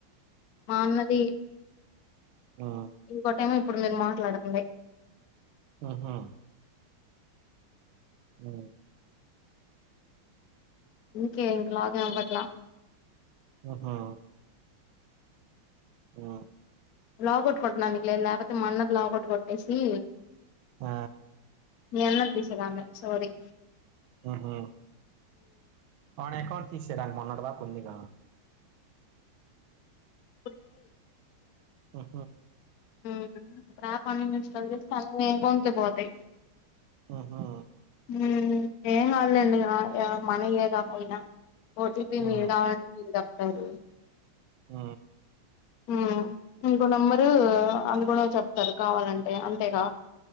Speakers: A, on the left; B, on the right.
A: మా అన్నది
B: ఉ
A: ఇంకో టైమ ఇప్పుడు మీరు మాట్లాడుతుంది
B: ఆహా అ
A: ఇన్నికే ఇం కలాగంపట్లా
B: ఆహా ఆ
A: పోగొట్టకుంటునందుకు లేదు లేకపోతే మన్న లాగౌట్ కొట్టేసి
B: ఆ
A: ఎన్న తీసదాం సోరీ
B: ఆహా ఆయన అకౌంట్ తీసేయడానికి మొన్నటి దా కుందిగా
A: ఇప్పుడు లేేదు
B: ఆహ
A: ఉమ్ రేపట్నుంచి ఇస్టాలు చేస్తే అన్ని అకౌట్కి పోతాయి
B: ఆహా
A: హ్మ్మ్ ఏం కాదులో ఎందుకు మన ఏగా పోయినా ఓటీపీ
B: ఉ
A: మీరు కావాలంటే మీరు తప్పతారు
B: ఆ
A: హ్మ్మ్ ఇంకో నెంబరు అందుకనే చెప్తారు కావాలంటే అంతేగా